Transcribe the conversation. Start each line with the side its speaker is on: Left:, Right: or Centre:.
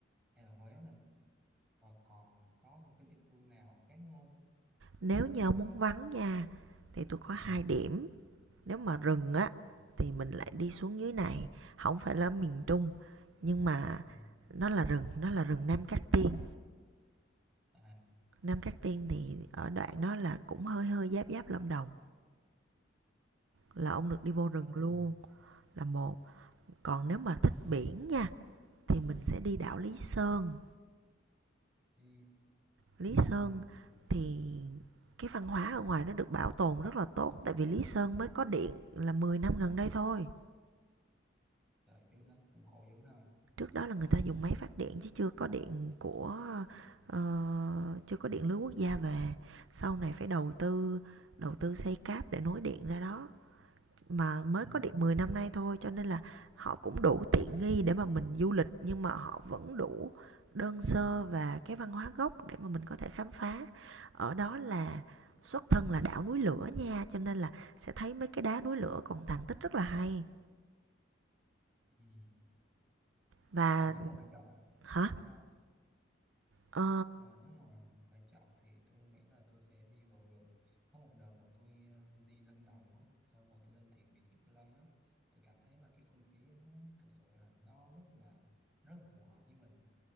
Centre: hay là Huế này và còn có một cái địa phương nào khác không
Right: nếu như ông muốn vắng nha thì tôi có
Centre: ừ.
Right: hai điểm nếu mà rừng á thì mình lại đi xuống dưới này không phải là miền Trung nhưng mà
Centre: Ừ.
Right: nó là rừng nó là rừng Nam Cát Tiên
Centre: à
Right: Nam Cát Tiên thì ở đoạn đó là cũng hơi hơi giáp giáp Lâm Đồng là ông được đi vô
Centre: đúng
Right: rừng
Centre: rồi
Right: luôn là một còn nếu mà thích biển nha thì mình sẽ đi đảo Lý Sơn
Centre: ừ.
Right: Lý Sơn thì cái văn hóa ở ngoài nó được bảo tồn rất là tốt tại vì Lý Sơn mới có điện là 10 năm gần đây thôi
Centre: trời chứ đó cũng khổ dữ ha
Right: trước đó là người ta dùng máy phát điện chứ chưa có điện của ờ, chưa có điện lưới quốc gia về sau này phải đầu tư đầu tư xây cáp để nối điện ra đó mà mới
Centre: ừ.
Right: có được 10 năm nay thôi cho nên là họ cũng đủ tiện nghi để mà mình du lịch nhưng mà họ vẫn đủ đơn sơ và cái văn hóa gốc để mà mình có thể khám phá ở đó là xuất thân là đảo núi lửa nha cho nên là sẽ thấy mấy cái đá núi lửa còn tàn tích rất là hay
Centre: Ừ.
Right: và
Centre: mà nếu mà phải chọn
Right: hả
Centre: không sao không sao
Right: ờ
Centre: rồi nếu mà phải chọn thì tôi nghĩ là tôi sẽ đi vào rừng có một đợt mà tôi ờ, đi Lâm Đồng đó, xong rồi tôi lên thiền viện Trúc Lâm đó, tôi cảm thấy là cái không khí nó thực sự là nó rất là rất là phù hợp với mình